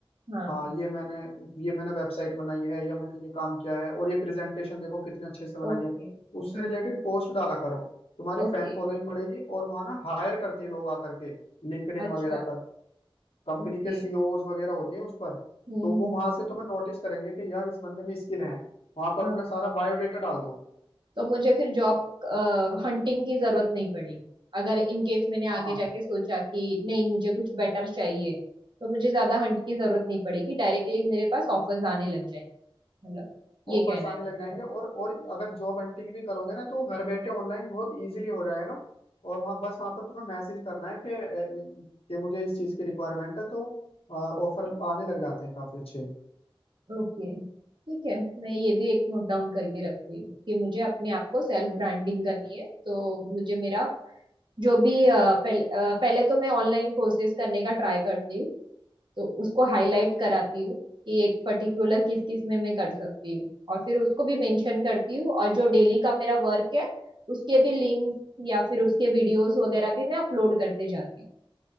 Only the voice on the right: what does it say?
हाँ
ओके
हम्म
ओके
अच्छा
ओके
हम्म
हम्म
अ,
तो मुझे फिर जॉब हंटिंग की जरूरत नहीं पड़ेगी अगर इन केस मैंने
आगे जाके सोचा कि नहीं मुझे कुछ बेटर चाहिए तो मुझे ज्यादा हंट की जरूरत नहीं पड़ेगी डायरेक्टली मेरे पास ऑफर्स आने लग जाएंगे मतलब ये
कहना
है तुम्हारा
ओके ठीक है मैं ये भी एक नोट डाउन करके रखती हूँ कि मुझे अपने आप को सेल्फ ब्रांडिंग करनी है तो मुझे मेरा जो भी अ, पहले अ, पहले तो मैं ऑनलाइन कोर्सेज करने का ट्राई करती हूँ तो उसको हाईलाइट कराती हूँ कि एक पर्टिकुलर किस किस में मैं कर सकती हूँ और फिर उसको भी मेंशन करती हूँ और जो डेली का मेरा वर्क है उसके भी लिंक या फिर उसके वीडियोस वगैरह भी मैं अपलोड करते जाती हूँ